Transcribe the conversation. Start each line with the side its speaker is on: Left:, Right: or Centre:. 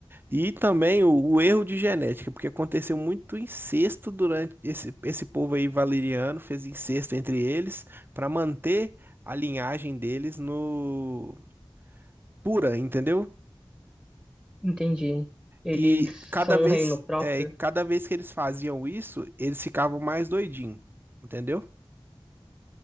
Right: E também o, o erro de genética, porque aconteceu muito incesto durante esse, esse povo aí valeriano, fez incesto entre eles para manter a linhagem deles no pura, entendeu?
Centre: Entendi. Eles
Right: E
Centre: são
Right: cada vez,
Centre: um reino próprio?
Right: é, cada vez que eles faziam isso, eles ficavam mais doidinhos, entendeu?